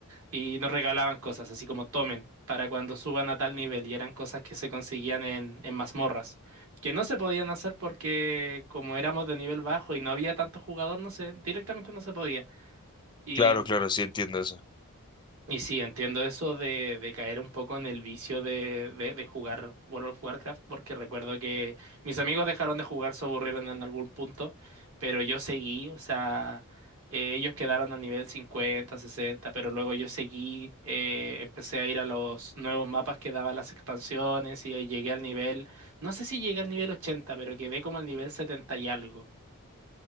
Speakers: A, on the right; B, on the left.
A: y nos regalaban cosas, así como tomen, para cuando suban a tal nivel, y eran cosas que se conseguían en, en mazmorras, que no se podían hacer porque como éramos de nivel bajo y no había tanto jugador, no sé, directamente no se podía. y
B: Claro, claro, sí entiendo eso.
A: y sí, entiendo eso de, de caer un poco en el vicio de, de, de jugar World of Warcraft, porque recuerdo que mis amigos dejaron de jugar, se aburrieron en algún punto, pero yo seguí, o sea, eh, ellos quedaron al nivel 50 60 pero luego yo seguí, eh, empecé a ir a los nuevos mapas que daban las expansiones y ahí llegué al nivel, no sé si llegué al nivel 80 pero quedé como al nivel setenta y algo.